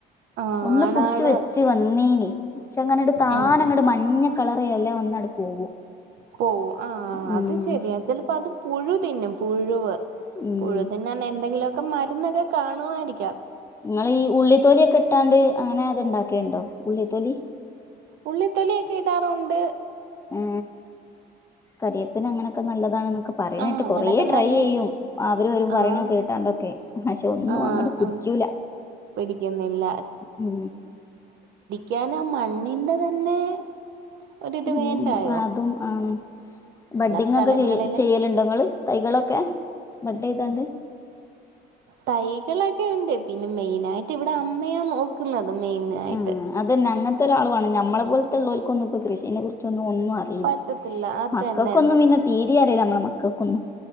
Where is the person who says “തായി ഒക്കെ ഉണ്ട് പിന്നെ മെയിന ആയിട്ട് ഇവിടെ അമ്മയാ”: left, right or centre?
Right